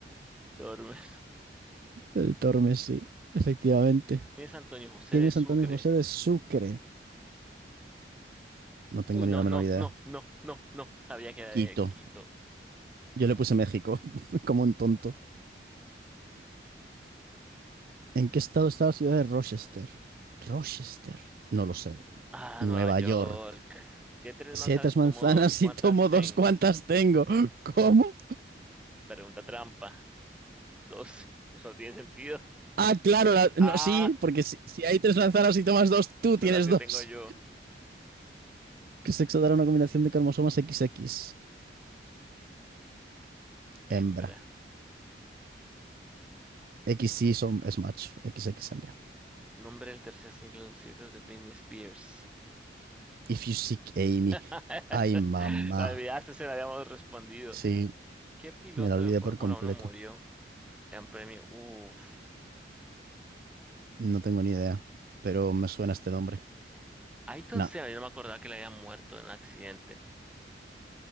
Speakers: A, in the centre; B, on the right.
A: Tormes. <laughs>
B: El Tormes, sí, efectivamente.
A: ¿Quién es Antonio José
B: ¿Quién
A: de
B: es
A: Sucre?
B: Antonio José de Sucre? No tengo
A: Uy, no,
B: ni la
A: no,
B: menor idea.
A: no, no, no, no. Sabía que era
B: Quito.
A: de Quito.
B: Yo le puse México, <laughs> como un tonto. ¿En qué estado está la ciudad de Rochester? Rochester. No lo sé.
A: Ah,
B: Nueva
A: Nueva York.
B: York.
A: Si hay tres
B: Siete
A: manzanas y
B: manzanas
A: tomo dos, ¿cuántas
B: y tomo
A: tengo?
B: dos, ¿cuántas tengo? ¿Cómo?
A: Pregunta trampa. Dos. Eso no tiene sentido.
B: Ah, claro, la-
A: Ah,
B: no, sí, porque si, si hay tres manzanas y tomas dos, tú
A: son
B: tienes
A: las que
B: dos.
A: tengo yo.
B: ¿Qué sexo dará una combinación de cromosomas XX?
A: Hembra.
B: hembra. equis y son, es macho, XX hembra.
A: Nombre del tercer single de los Circus de Britney Spears.
B: If you seek Amy.
A: <laughs>
B: Ay, mamá.
A: La olvidaste, se la habíamos respondido.
B: Sí,
A: ¿Qué piloto
B: me la olvidé
A: de Fórmula
B: por completo.
A: Uno murió en premio? Uf.
B: No tengo ni idea, pero me suena este nombre.
A: Ayrton
B: Nah.
A: Senna, yo no me acordaba que le había muerto en un accidente.